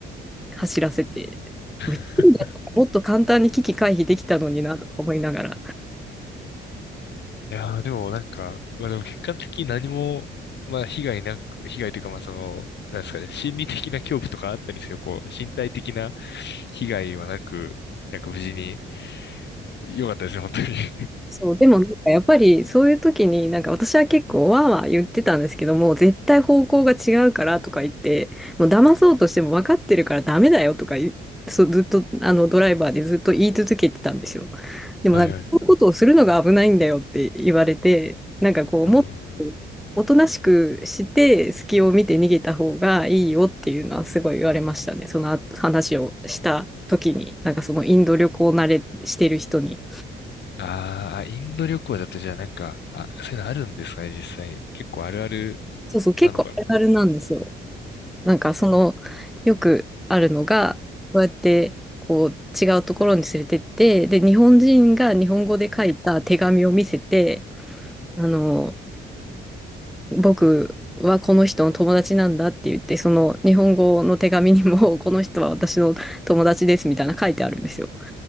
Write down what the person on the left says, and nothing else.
<laughs>
いやー、でもなんか、まあでも結果的に何も、まあ被害なく、被害というかまあその、なんですかね、心理的な恐怖とかあったりせよ、こう、身体的な被害はなく、なんか無事に、良かったですね、本当に。
<laughs>
はいはい。<laughs>
うーん。
ああ、インド旅行だとじゃあなんか、あ、そういうのあるんですかね、実際。結構あるある
なのかな。